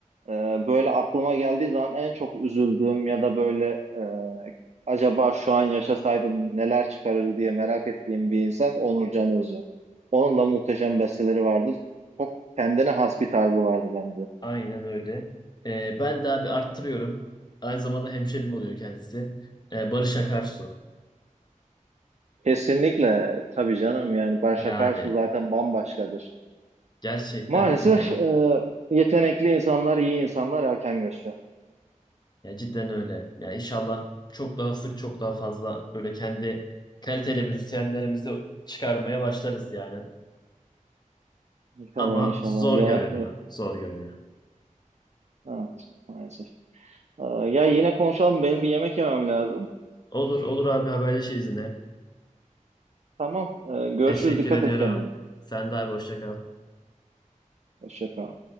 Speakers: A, on the right; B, on the left.
A: e, böyle aklıma geldiği zaman en çok üzüldüğüm ya da böyle e, acaba şu an yaşasaydım neler çıkarır diye merak ettiğim bir insan Onur Can Özcan. Onun da muhteşem besteleri vardı. Çok kendine has bir tarzı vardı bence.
B: Aynen öyle. Ee, ben daha bir arttırıyorum. Aynı zamanda hemşerim oluyor kendisi. Ee, Barış Akarsu.
A: Kesinlikle tabii canım yani Barış
B: Yani
A: Akarsu zaten bambaşkadır.
B: gerçekten
A: Maalesef
B: hani
A: e, yetenekli insanlar, iyi insanlar erken göçüyor.
B: ya cidden öyle. Yani inşallah çok daha sık çok daha fazla böyle kendi kaliteli müzisyenlerimizi çıkarmaya başlarız yani.
A: İnşallah
B: Ama
A: inşallah
B: zor
A: ya
B: görünüyor. Zor görünüyor.
A: e, evet maalesef. E, ya yine konuşalım benim bir yemek yemem lazım.
B: Olur olur abi haberleşiriz yine.
A: Tamam e, görüşürüz
B: Teşekkür
A: dikkat
B: ediyorum.
A: et kendine.
B: Sen de abi hoşça kal.
A: Hoşça kal.